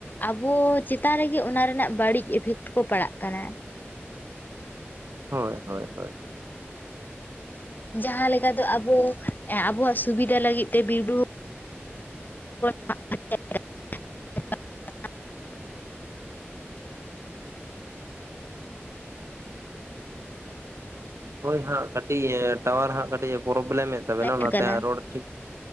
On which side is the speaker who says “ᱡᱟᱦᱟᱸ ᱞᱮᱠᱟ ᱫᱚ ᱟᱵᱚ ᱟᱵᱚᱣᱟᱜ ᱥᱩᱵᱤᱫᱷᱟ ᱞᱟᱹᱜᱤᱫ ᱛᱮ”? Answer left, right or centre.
Left